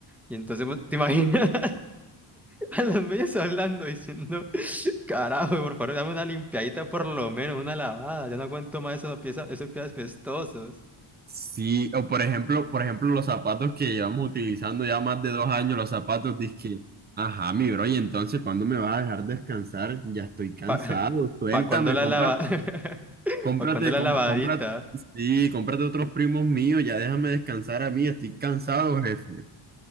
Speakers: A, in the centre; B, on the right.
A: Y entonces, pues, ¿te <laughs> imaginas? A los medios hablando, diciendo, <laughs> carajo, por favor, dame una limpiadita por lo menos, una lavada. Ya no aguanto más esos pies, esos pies pestosos.
B: Sí, o por ejemplo, por ejemplo, los zapatos que llevamos utilizando ya más de dos años, los zapatos, dizque, ajá, mi bro, y entonces, ¿cuándo me vas a dejar descansar? Ya estoy cansado,
A: Pa, <laughs>
B: suéltame,
A: pa cuando la
B: cómprate,
A: lava, <laughs>
B: cómprate,
A: pa cuando la
B: compra-
A: lavadita.
B: cómprate, sí, cómprate otros primos míos, ya déjame descansar a mí, estoy cansado, jefe.